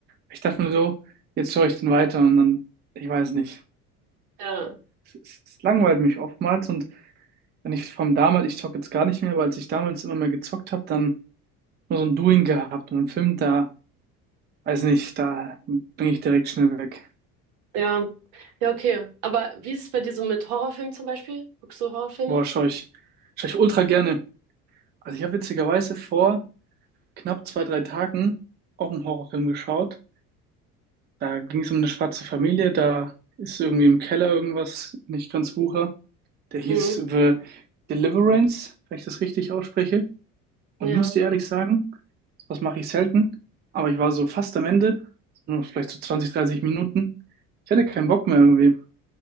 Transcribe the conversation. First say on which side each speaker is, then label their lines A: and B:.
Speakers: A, on the right (about 25°); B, on the right (about 60°).
A: Ich dachte mir so, jetzt schaue ich den weiter und dann, ich weiß nicht.
B: Ja.
A: Es, es, es langweilt mich oftmals und wenn ich vom damals, ich zocke jetzt gar nicht mehr, weil als ich damals immer mehr gezockt habe, dann nur so ein Doing gehabt und einen Film da Weiß nicht, da bin ich direkt schnell weg.
B: Ja. Ja, okay. Aber wie ist es bei dir so mit Horrorfilmen zum Beispiel? Guckst du Horrorfilme?
A: Boah, schaue ich, schaue ich ultra gerne. Also ich habe witzigerweise vor knapp zwei, drei Tagen auch einen Horrorfilm geschaut. Da ging es um eine schwarze Familie, da ist irgendwie im Keller irgendwas nicht ganz wucher. Der hieß
B: Mhm.
A: The Deliverance, wenn ich das richtig ausspreche. Und
B: Ja.
A: ich muss dir ehrlich sagen, was mache ich selten, aber ich war so fast am Ende, nur vielleicht so 20 30 Minuten. Ich hatte keinen Bock mehr irgendwie,